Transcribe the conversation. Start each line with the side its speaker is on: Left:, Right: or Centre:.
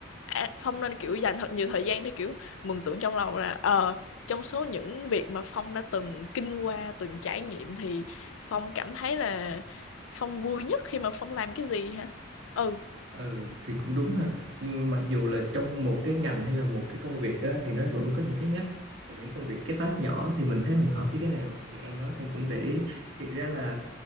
Left: À, Phong nên kiểu dành thật nhiều thời gian để kiểu mường tượng trong lòng là ờ trong số những việc mà Phong đã từng kinh qua, từng trải nghiệm thì Phong cảm thấy là Phong vui nhất khi mà Phong làm cái gì hả? Ừ.
Right: ừ thì cũng đúng ha Ừm, mặc dù là trong một cái ngành hay là một cái công việc á, thì nó vẫn có những cái ngách và những công việc cái task nhỏ thì mình thấy mình hợp với cái nào thì An nói Phong cũng để ý thiệt ra là